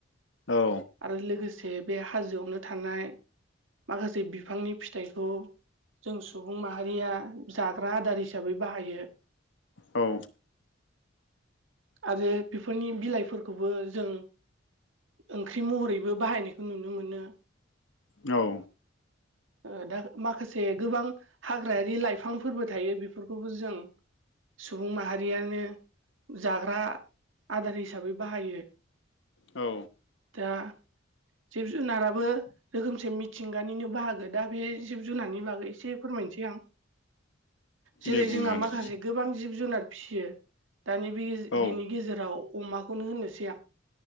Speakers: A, on the left (about 65°); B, on the right (about 75°).
A: औ
B: आरो लोगोसे बे हाजोआवनो थानाय माखासे बिफांनि फिथाइखौ जों सुबुं माहारिया जाग्रा आदार हिसाबै बाहायो
A: औ
B: आरो बेफोरनि बिलाइफोरखौबो जों ओंख्रि महरैबो बाहायनायखौ नुनो मोनो।
A: औ
B: ओ दा माखासे गोबां हाग्रायारि लाइफांफोरबो थायो बेफोरखौबो जों सुबुं माहारियानो जाग्रा आदार हिसाबै बाहायो
A: औ
B: दा <inaudible> जिब जुनाराबो रोखोमसे मिथिंगानिनो बाहागो दा बे जिब जुनारनि बागै एसे फोरमायनोसै आं जेरै
A: दे बुंना
B: जोंहा
A: होदो
B: माखासे गोबां जिब जुनार फिसियो दानि
A: औ
B: बिनि गेजेराव अमाखौनो होननोसै आं